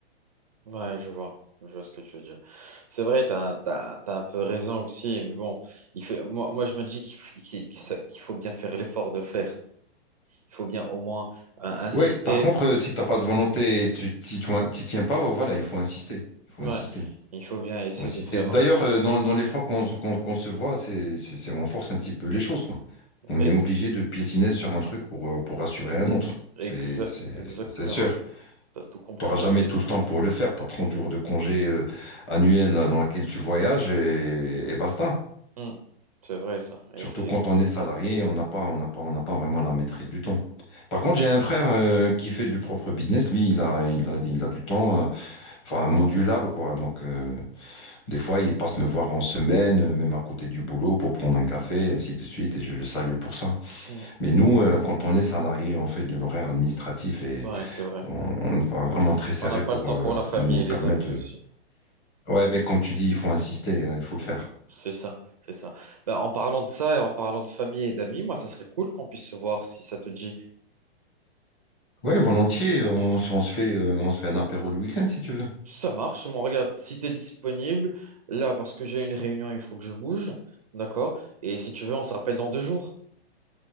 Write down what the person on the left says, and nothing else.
Oui, par contre, euh, si t'as pas de volonté et tu t'y t'y tiens pas, bah, voilà, il faut insister. Il faut
insister. Il
faut insister.
D'ailleurs, euh, dans, dans les fois qu'on qu'on- qu'on se voit, c'est, c'est, c'est- on force un petit peu les choses, quoi. On
est obligé de piétiner sur un truc pour, euh, pour assurer un autre.
C'est, c'est,
ça, c'est sûr.
T'auras jamais tout le temps pour le faire. T'as 30 jours de congé euh, annuel dans lequel tu voyages et, et basta.
Surtout
quand on est salarié, on n'a pas, on n'a pas, on n'a pas vraiment la maîtrise du temps. Par contre, j'ai un frère euh, qui fait du propre business. Lui, il a, il a, il a du temps, euh, enfin modulable quoi. Donc, euh, des fois, il passe me voir en semaine, euh, même à côté du boulot, pour prendre un café, ainsi de suite. Et je le salue pour ça.
Mais nous, euh, quand on est salarié, on fait de l'horaire administratif et
on, on est pas vraiment très serré
pour
euh,
nous
permettre.
euh,
Ouais, mais comme tu dis, il faut insister, euh, il faut le faire.
Ouais, volontiers. On, se on se fait, euh, on se fait un apéro le week-end si tu veux.